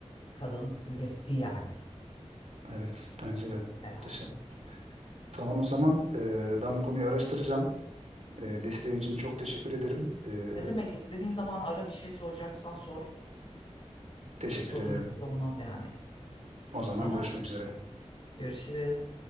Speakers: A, on the left (about 45°); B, on the right (about 70°).
A: kadın üretti yani
B: Evet. Bence de.
A: herhalde.
B: Muhteşem. Tamam o zaman e, ben bu konuyu araştıracağım. E, desteğin için çok teşekkür ederim. E,
A: Ne demek istediğin zaman ara bir şey soracaksan sor.
B: teşekkür
A: Sorun
B: ederim.
A: olmaz yani.
B: O zaman
A: Tamam.
B: görüşmek üzere.
A: Görüşürüz.